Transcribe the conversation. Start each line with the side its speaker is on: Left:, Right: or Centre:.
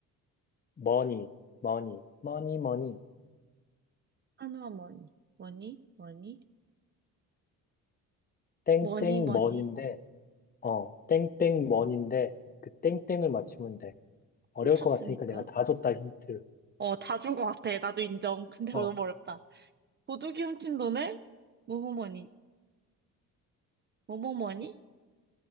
Left: money, money, money, money,
Right: 한화 머니. 머니? 머니?
Left: 땡땡
Right: 머니, 머니.
Left: m 인데 어, 땡땡 money인데, 그 땡땡을 맞추면 돼. 어려울
Right: 훔쳤으니까.
Left: 것 같으니까 내가 다 줬다, 힌트.
Right: 어, 다 준 것 같아. 나도 인정. <laughs> 근데
Left: 어,
Right: 너무 어렵다. 도둑이 훔친 돈을 뭐뭐뭐니? 뭐뭐뭐니?